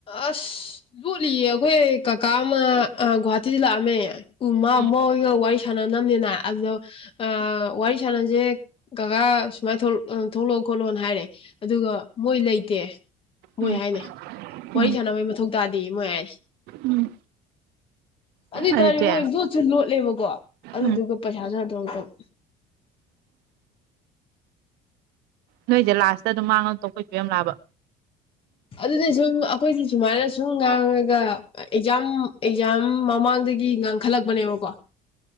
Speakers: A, on the left; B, on the right.
A: ꯑꯁ ꯂꯣꯠꯂꯤꯌꯦ ꯑꯩꯈꯣꯏ ꯀꯀꯥ ꯑꯃ ꯒꯨꯍꯥꯇꯤꯗ ꯂꯥꯛꯑꯝꯃꯦ ꯎ ꯃꯥ
B: ꯎꯝ
A: ꯃꯣꯏꯒ ꯋꯥꯔꯤ ꯁꯥꯟꯅꯅꯕꯅꯤꯅ ꯑꯗꯣ ꯋꯥꯔꯤ ꯁꯥꯟꯅꯁꯦ ꯀꯀꯥ ꯁꯨꯃꯥꯏꯅ ꯊꯣꯛꯂꯛꯑꯣ ꯈꯣꯠꯂꯣꯅ ꯍꯥꯏꯔꯦ ꯑꯗꯨꯒ ꯃꯣꯏ ꯂꯩꯇꯦ ꯃꯣꯏ
B: ꯎꯝ
A: ꯍꯥꯏꯅꯤ ꯋꯥꯔꯤ
B: ꯎꯝ
A: ꯁꯥꯟꯅꯕꯩ ꯃꯊꯧ ꯇꯥꯗꯦ ꯃꯣꯏ ꯍꯥꯏꯅꯦ
B: ꯎꯝ
A: ꯑꯗꯨꯗ
B: ꯑꯗꯨꯗꯤ
A: ꯇꯥꯔꯦꯉꯣꯏ ꯏꯟꯣ ꯆꯁꯨ ꯂꯣꯠꯂꯦꯕ ꯀꯣ ꯑꯗꯨꯗꯨꯒ
B: ꯎꯝ
A: ꯄꯩꯁꯥꯁꯨ ꯑꯗꯨꯝꯇꯪ
B: ꯅꯣꯏꯁꯦ ꯂꯥꯁꯇ ꯑꯗꯨꯝ ꯃꯥꯡꯉꯛꯇ ꯈꯣꯏꯠꯇ ꯌꯥꯝ ꯂꯥꯑꯕ
A: ꯑꯗꯨꯗꯤ ꯁꯨꯝ ꯑꯩꯈꯣꯏꯁꯦ ꯁꯨꯃꯥꯏꯅ ꯁꯨꯝ ꯉꯥꯡꯉꯒ ꯑꯦꯛꯖꯥꯝ ꯑꯦꯛꯖꯥꯝ ꯃꯃꯥꯡꯗꯒꯤ ꯉꯥꯡꯈꯠꯂꯛꯄꯅꯦꯕꯀꯣ